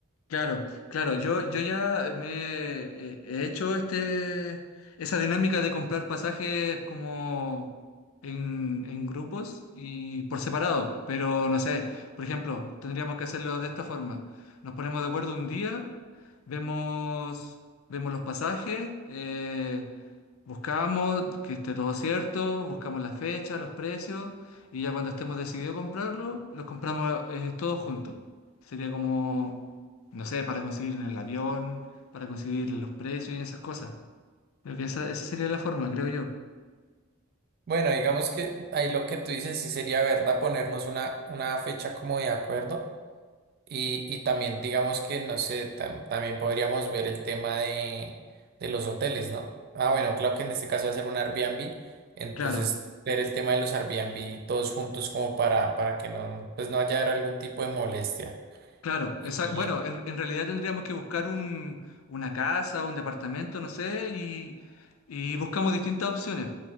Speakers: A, on the left; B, on the right.
A: Claro, claro, yo, yo ya me eh, he hecho este, esa dinámica de comprar pasajes como en, en grupos y por separado, pero no sé, por ejemplo, tendríamos que hacerlo de esta forma. Nos ponemos de acuerdo un día, vemos, vemos los pasajes, eh, buscamos que esté todo cierto, buscamos la fecha, los precios y ya cuando estemos decididos a comprarlo, los compramos eh, todos juntos. Sería como no sé, para conseguir en el avión, para conseguir los precios y esas cosas. Creo que esa, esa sería la forma, creo yo.
B: Bueno, digamos que ahí lo que tú dices sí sería verdad ponernos una, una fecha como de acuerdo. Y, y también, digamos que, no sé, tam- también podríamos ver el tema de, de los hoteles, ¿no? Ah, bueno, claro que en este caso va a ser un Airbnb, entonces
A: Claro,
B: ver el tema de los Airbnb todos juntos como para, para que no, pues no haya algún tipo de molestia.
A: claro.
B: Y,
A: esa- bueno, en, en realidad tendríamos que buscar un, una casa, un departamento, no sé, y, y buscamos distintas opciones.